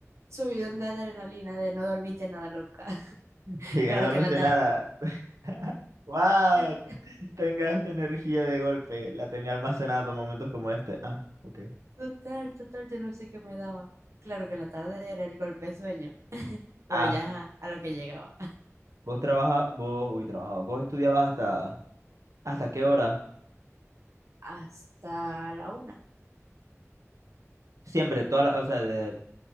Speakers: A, on the right (about 60°); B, on the right (about 75°).
A: subidón de adrenalina de no dormiste nada loca. <laughs>
B: Y que
A: Claro
B: no dormiste
A: que en la
B: nada. <laughs> ¡Wow!
A: Total,
B: Tenga esta energía de golpe. La tenía almacenada para momentos como este. Ah, ok.
A: total, total, yo no sé qué me daba. Claro que en la tarde era el golpe de sueño, pero
B: Ah,
A: ya ajá, a lo que llegaba.
B: vos trabajabas, vos, uy, trabajabas, vos estudiabas hasta... ¿Hasta qué hora?
A: Hasta la una.
B: Siempre, toda la- o sea, desde-